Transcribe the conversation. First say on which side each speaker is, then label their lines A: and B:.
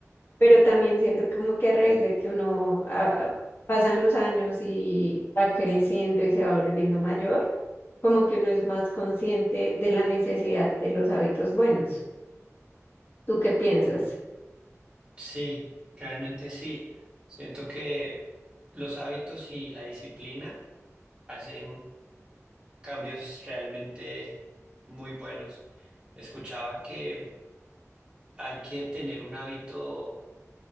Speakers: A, on the left; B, on the right.
A: pero también siento como que a raíz de que uno ah, ah, pasan los años y va creciendo y se va volviendo mayor, como que uno es más consciente de la necesidad de los hábitos buenos. ¿Tú qué piensas?
B: Sí, realmente sí. Siento que los hábitos y la disciplina hacen cambios realmente muy buenos. Escuchaba que hay que tener un hábito